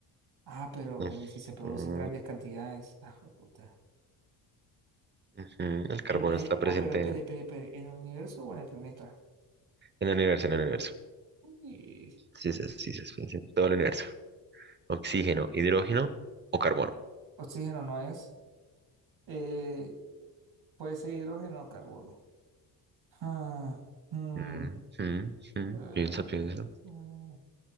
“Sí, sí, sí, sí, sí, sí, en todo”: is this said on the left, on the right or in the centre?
Right